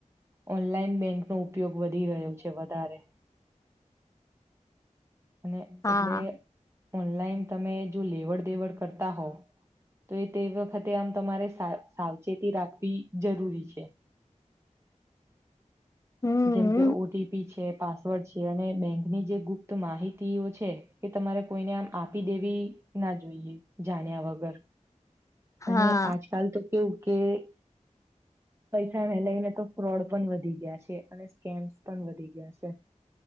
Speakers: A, on the right; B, on the left.
A: ઓનલાઈન બેંકનો ઉપયોગ વધી રહ્યો છે વધારે અને
B: હા
A: એટલે ઓનલાઈન તમે જો લેવડ દેવડ કરતા હોવ તો એ તે વખતે આમ તમારે સાવચેતી રાખવી જરૂરી છે
B: હમ
A: જેમ કે ઓટીપી છે પાસવર્ડ છે તે અને બેંકની જે ગુપ્ત માહિતીઓ છે એ તમારે કોઈને આમ આપી દેવી ના જોઈએ જાણ્યા વગર
B: હા
A: અને આજકાલ તો કેવું કે <inaudible> પૈસાને લઈને તો ફ્રોડ પણ વધી ગયા છે અને સ્કેમ્સ પણ વધી ગયા છે